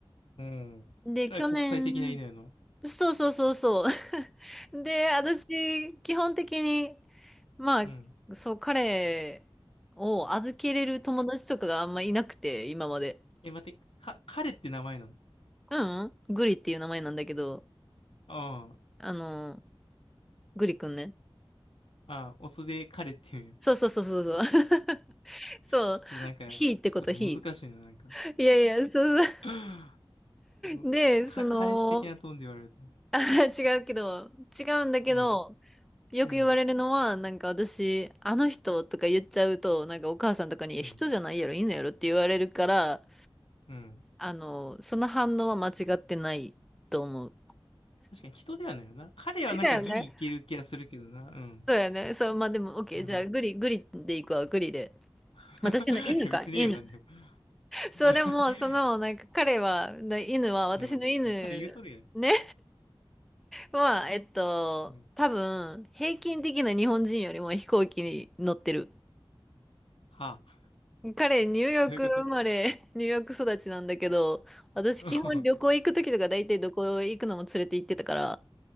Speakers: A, on the left; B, in the centre.
A: うん。
B: で、
A: えらい国際的な犬やな。
B: 去年、そうそうそうそう。<laughs> で、私、基本的に、まあ、
A: うん。
B: そう、彼を預けれる友達とかがあんまいなくて、今まで。
A: え、待って、か、彼って名前なの
B: うん、うん、グリっていう名前なんだけど、
A: あ
B: あの、グリくんね。
A: あ、ああ、オスで彼って言うんや。
B: そうそうそうそうそう。<laughs> そう、
A: ちょっとなんか、
B: ひーってこと、
A: ちょっと難しいな、
B: ひ
A: なんか。
B: ー。いやいや、そうそ
A: <laughs> そう、
B: う。で、
A: か、
B: その、
A: 彼氏的なトーンで言われると。
B: あ、違うけど、違うんだけど、
A: うん、
B: よく言われるのは、
A: うん、
B: なんか私、あの人とか言っちゃうと、なんかお母さんとかに、いや人じゃないやろ、
A: うん、
B: 犬やろって言われるから、
A: うん。
B: あの、その反応は間違ってないと思う。
A: 確かに人ではないよな。彼はなんかギリいける気がするけどな。
B: だよね。
A: うん。
B: そうやね。そう、まあでも、オッケー。
A: まだ。
B: じゃあ、グリ、グリでいくわ、グリで。
A: <laughs>
B: 私の犬か、
A: いや別にいいよ、
B: 犬。
A: なんでも。
B: そう、
A: <laughs>
B: でも、その、なんか彼は、な犬は、私の犬、
A: うん。彼言うとるやん。
B: ね、は、えっと、
A: うん。
B: 多分、平均的な日本人よりも飛行機に乗ってる。
A: はあ。
B: 彼、ニューヨーク生まれ、
A: どういうこと
B: <laughs> ニューヨーク育ちなんだけど、私基本旅行行くときとか大体どこ行くのも連れて行ってたから、
A: <laughs>